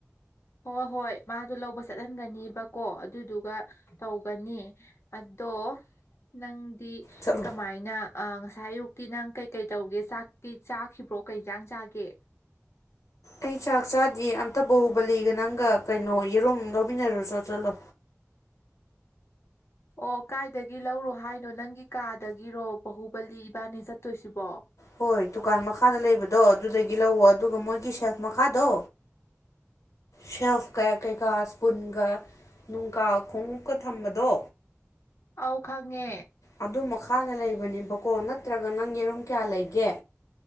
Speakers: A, on the left; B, on the left.
A: ꯍꯣꯏ ꯍꯣꯏ ꯃꯥꯗꯣ ꯂꯧꯕ ꯆꯠꯍꯟꯒꯅꯤꯕꯀꯣ ꯑꯗꯨꯗꯨꯒ ꯇꯧꯒꯅꯤ ꯑꯗꯣ ꯅꯪꯗꯤ
B: ꯆꯠꯂꯣ
A: ꯀꯃꯥꯏꯅ ꯑꯥ ꯉꯁꯥꯏ ꯑꯌꯨꯛꯀꯤ ꯅꯪ ꯀꯩ ꯀꯩ ꯇꯧꯒꯦ ꯆꯥꯛꯀꯤ ꯆꯥꯈꯤꯕ꯭ꯔꯣ ꯀꯩ ꯏꯟꯖꯥꯡ ꯆꯥꯒꯦ
B: ꯑꯩ ꯆꯥꯛ ꯆꯥꯗꯤꯌꯦ ꯑꯝꯇ ꯕꯍꯨꯕꯂꯤꯒ ꯅꯪꯒ ꯀꯩꯅꯣ ꯌꯦꯔꯨꯝ ꯂꯧꯃꯤꯟꯅꯔꯨꯆꯣ ꯆꯠꯂꯣ
A: ꯑꯣ ꯀꯥꯏꯗꯒꯤ ꯂꯧꯔꯣ ꯍꯥꯏꯅꯣ ꯅꯪꯒꯤ ꯀꯥꯗꯒꯤꯔꯣ ꯕꯥꯍꯨꯕꯂꯤ ꯏꯕꯥꯟꯅꯤ ꯆꯠꯇꯣꯏꯁꯤꯕꯣ
B: ꯍꯣꯏ ꯗꯨꯀꯥꯟ ꯃꯈꯥꯗ ꯂꯩꯕꯗꯣ ꯑꯗꯨꯗꯒꯤ ꯂꯧꯋꯣ ꯑꯗꯨꯒ ꯃꯣꯏꯒꯤ ꯁꯦꯜꯐ ꯃꯈꯥꯗꯣ ꯁꯦꯜꯐꯀ ꯀꯩꯀꯥ ꯁ꯭ꯄꯨꯟꯒ ꯅꯨꯡꯀꯥ ꯈꯣꯡꯎꯞꯀ ꯊꯝꯕꯗꯣ
A: ꯑꯥꯎ ꯈꯪꯉꯦ
B: ꯑꯗꯨ ꯃꯈꯥꯗ ꯂꯩꯕꯅꯦꯕꯀꯣ ꯅꯠꯇ꯭ꯔꯒ ꯅꯪ ꯌꯦꯔꯨꯝ ꯀꯌꯥ ꯂꯩꯒꯦ